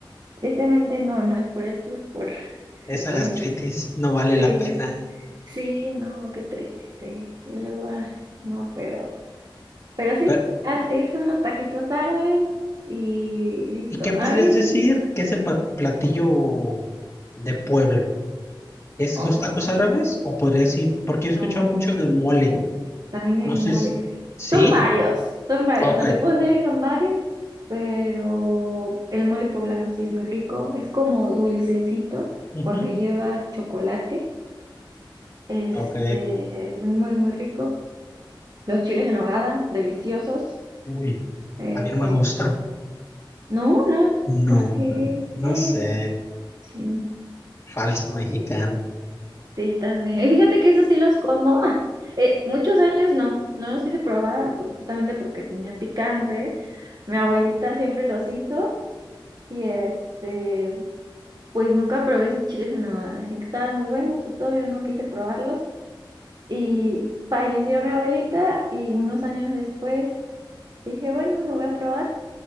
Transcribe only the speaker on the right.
Tristemente no, no es por eso, es por, <laughs>
por
mis,
sí,
sí, no, qué triste. Y luego, ah, no, pero, pero sí,
así son los taquitos árabes y listo.
Ay,
oh,
no.
También
el
mole.
Son varios, son varios.
O sea, te puedo decir son varios, pero el mole poblano sí es muy rico. Es como dulcecito
porque lleva chocolate. Este,
es muy, muy, muy rico. Los chiles en nogada, deliciosos.
Eh,
no, no, porque...
<gasps>
Sí.
Sí, también. y Fíjate que esos sí los como. <laughs> Eh, muchos años no, no los quise probar por- justamente porque tenía picante. Mi abuelita siempre los hizo y este, pues nunca probé esos chiles en nogada. Decían que estaban muy buenos y todo, yo no quise probarlos. Y falleció mi abuelita y unos años después dije, bueno, lo voy a probar